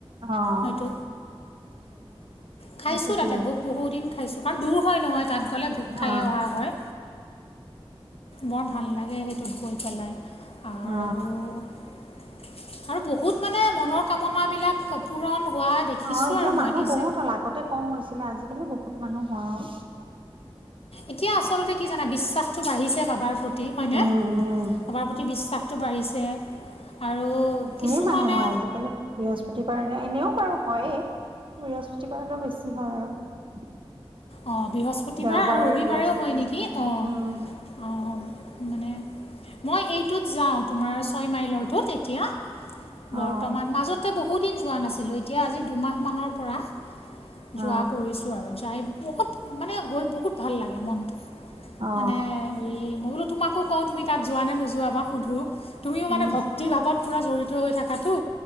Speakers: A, on the right; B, on the left.
A: অ
B: হয়তো খাইছোঁ
A: সেইটো
B: তাতে
A: দিয়ে
B: ভোক বহুদিন খাইছোঁ, কাৰণ দূৰ হয় নহয় তাত গ'লে ভোক খাইয়ে
A: অ অ।
B: অহা হয়। বৰ ভাল লাগে সেইটোত গৈ পেলাই, আৰু
A: অ
B: <unintelligible> আৰু বহুত মানে, মনৰ কামনাবিলাক পূৰণ হোৱা দেখিছোঁ
A: অ এতিয়া
B: আৰু
A: মানুহ
B: মই নিজে।
A: বহুত হ'ল আগতে কম হৈছিলে আজিকালি বহুত মানুহ হয় অহ
B: এতিয়া আচলতে কি জানা বিশ্বাসটো বাঢ়িছে বাবাৰ প্ৰতি হয়নে
A: উম উম।
B: বাবাৰ প্ৰতি বিশ্বাসটো বাঢ়িছে আৰু কিছুমানে
A: ঢেৰ মানুহ হয় আজিকালি বৃহস্পতিবাৰে নে এনেও বাৰু হয়ে বৃহস্পতিবাৰলৈও বেছি হয় আৰু
B: অঁহ বৃহস্পতিবাৰ
A: দেওবাৰ
B: আৰু ৰবিবাৰেও
A: বৃহস্পতিবাৰ
B: হয় নেকি অঁহ
A: উম।
B: অ, মানে মই এইটোত যাওঁ। তোমাৰ ছয় মাইলৰ টো তেতিয়া। বৰ্তমান
A: অ
B: মাজতে বহু বহুদিন যোৱা নাছিলোঁ, এতিয়া আজি দুমাহমানৰ পৰা
A: অ
B: যোৱা কৰিছোঁ আৰু। যাই বহুত মানে গৈ বহুত ভাল লাগে মনটো,
A: অ
B: মানে হেৰি মই বোলো তোমাকো কওঁ তুমি তাত যোৱা নে নোযোৱা বা সুধো, তুমিও
A: উম
B: মানে ভক্তি ভাৱত পূৰা জড়িত হৈ থাকাটো।